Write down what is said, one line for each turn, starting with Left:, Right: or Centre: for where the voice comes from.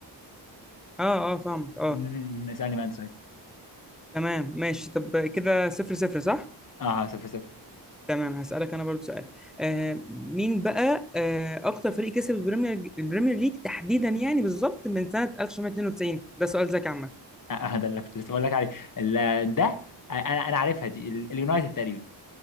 Centre: اه اه فاهمك اه
Left: مم. اسألني بقى انت سؤال
Centre: تمام ماشي طب كده صفر صفر صح
Left: اه آه، صفر صفر
Centre: تمام هسألك انا برضو سؤال آه مين بقى آه اكتر فريق كسب البريمير البريمير ليج تحديدا يعني بالظبط من سنة 1992 ده سؤال ذكي عامة
Left: آه آه، ده اللي كنت لسه بقول لك عليه ال- ده انا انا عارفها دي ال- اليونايتد تقريبا